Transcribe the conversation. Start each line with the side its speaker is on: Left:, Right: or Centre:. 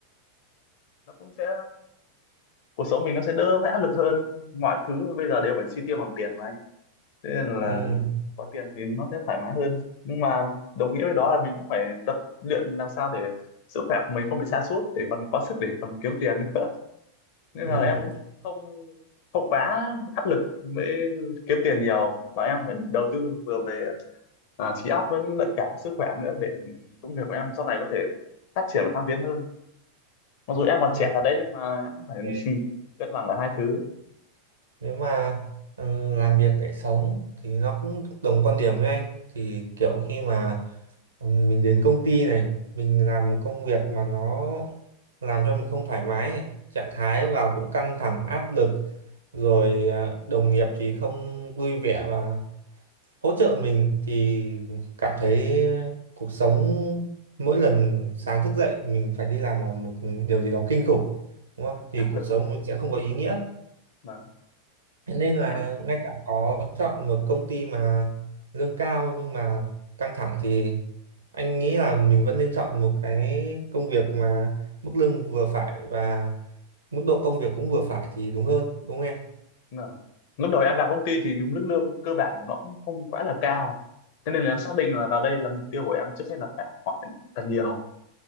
Left: nó cũng sẽ cuộc sống mình nó sẽ đỡ phải áp lực hơn mọi thứ bây giờ đều phải chi tiêu bằng tiền mà anh thế nên là
Right: Ừ.
Left: có tiền thì nó sẽ thoải mái hơn nhưng mà đồng nghĩa với đó là mình cũng phải tập luyện làm sao để sức khỏe của mình không bị sa sút để còn có sức để còn kiếm tiền nữa <laughs> nên
Right: Ừ,
Left: là em cũng không không quá áp lực mới kiếm tiền nhiều mà em phải đầu tư vừa về à, trí óc với lẫn cả sức khỏe nữa để công việc của em sau này có thể phát triển và thăng tiến hơn mặc dù em còn
Right: ừ,
Left: trẻ thật đấy nhưng mà em cũng phải <laughs>
Right: ok.
Left: cân bằng cả hai thứ
Right: Nếu mà ừ, làm việc để sống thì nó cũng đồng quan điểm với anh thì kiểu khi mà ừ, mình đến công ty này mình làm một công việc mà nó làm cho mình không thoải mái này trạng thái vào cũng căng thẳng áp lực rồi à, đồng nghiệp thì không vui vẻ và hỗ trợ mình thì cảm thấy cuộc sống mỗi lần sáng thức dậy mình phải đi làm là một điều gì đó kinh khủng đúng không thì
Left: áp lực
Right: cuộc sống mình sẽ không có ý nghĩa
Left: mà
Right: Thế nên là
Left: em thế
Right: ngay cả có chọn một công ty mà lương cao nhưng mà căng thẳng thì anh nghĩ là mình vẫn nên chọn một cái công việc mà mức lương vừa phải và mức độ công việc cũng vừa phải thì đúng hơn đúng không em
Left: mà lúc đầu em vào công ty thì mức lương cơ bản của nó cũng không quá là cao cho nên là em xác định là vào đây là mục tiêu của em trước hết là phải học hỏi thật nhiều